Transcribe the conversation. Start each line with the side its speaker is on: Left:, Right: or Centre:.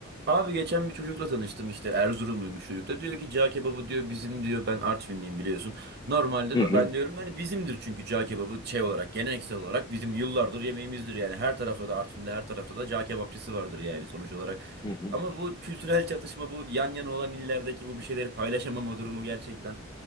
Right: Abi geçen bir çocukla tanıştım işte Erzurumluymuş çocuk da diyor ki cağ kebabı diyor bizim diyor ben Artvinliyim biliyorsun. Normalde
Left: Hı hı,
Right: ben diyorum hani bizimdir çünkü cağ kebabı şey olarak geleneksel olarak bizim yıllardır yemeğimizdir yani her tarafta da Artvin'de her tarafta da cağ kebapçısı vardır yani sonuç olarak.
Left: hı hı.
Right: Ama bu kültürel çatışma bu yan yana olan illerdeki bu bir şeyleri paylaşamama durumu gerçekten.